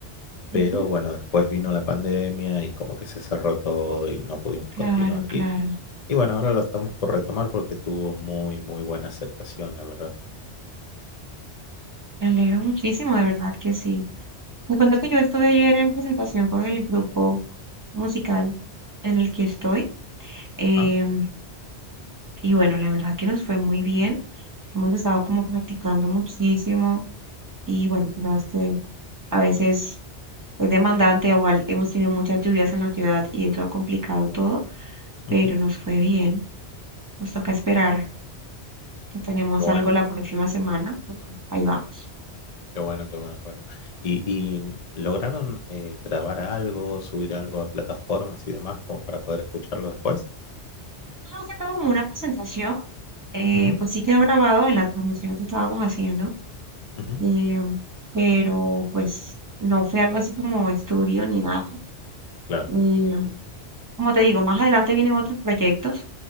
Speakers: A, on the left; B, on the right.
A: pero
B: Ujú.
A: bueno, después vino la pandemia y como que se cerró todo y no pudimos
B: Claro,
A: continuar. Y,
B: claro.
A: y bueno, ahora lo estamos por retomar porque tuvo muy, muy buena aceptación, la verdad.
B: Me alegro muchísimo, de verdad que sí. Me cuento
A: Sí.
B: que yo estuve ayer en presentación con el grupo musical en el que estoy. em,
A: Ajá,
B: Y bueno, la verdad que nos fue muy bien. Hemos estado como practicando muchísimo y bueno, tú sabes que a veces es demandante, igual hemos tenido muchas lluvias en la ciudad y eso ha complicado todo, pero
A: ujú,
B: nos fue bien. Nos toca esperar que tenemos
A: Qué bueno.
B: algo la próxima semana. Ujú, Ahí vamos.
A: Qué bueno, qué bueno, qué bueno. ¿Y, y lograron eh, grabar algo, subir algo a plataformas y demás como para poder escucharlo después?
B: Hemos sacado como una presentación, eh,
A: Ujú,
B: pues sí quedó grabado en la transmisión que estábamos haciendo,
A: ujú,
B: em, pero pues no fue algo así como estudio ni nada.
A: claro.
B: eh, Como te digo, más adelante vienen otros proyectos,